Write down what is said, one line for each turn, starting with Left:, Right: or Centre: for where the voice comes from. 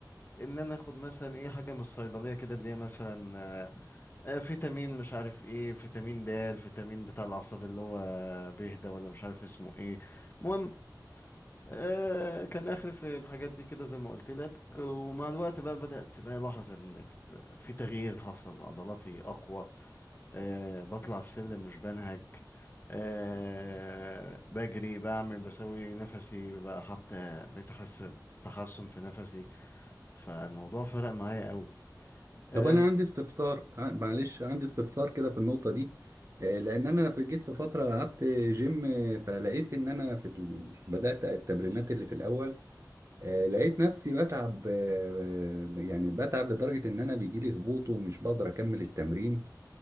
Left: ان انا اخد مثلا ايه حاجه من الصيدليه كده اللي هي مثلا آه، آه، فيتامين مش عارف ايه فيتامين د الفيتامين بتاع الاعصاب اللي هو بيه ده ولا مش عارف اسمه ايه المهم آه، كان اخر في الحاجات دي كده زي ما قلت لك ومع الوقت بقى بدأت بقى الاحظ ان في تغيير حصل عضلاتي اقوى أه بطلع السلم مش بنهج أه بجري بعمل بسوي نفسي بقى حتى بقيت احس تحسن في نفسي فالموضوع فرق معايا قوي أه
Right: طب انا عندي استفسار آه، معلش عندي استفسار كده في النقطه دي آه، لان انا في جيت في فتره لعبت جيم آه، فلقيت ان انا في ال... بدات التمرينات اللي في الاول آه، لقيت نفسي بتعب آه، يعني بتعب لدرجة إن أنا بيجيلي هبوط ومش بقدر أكمل التمرين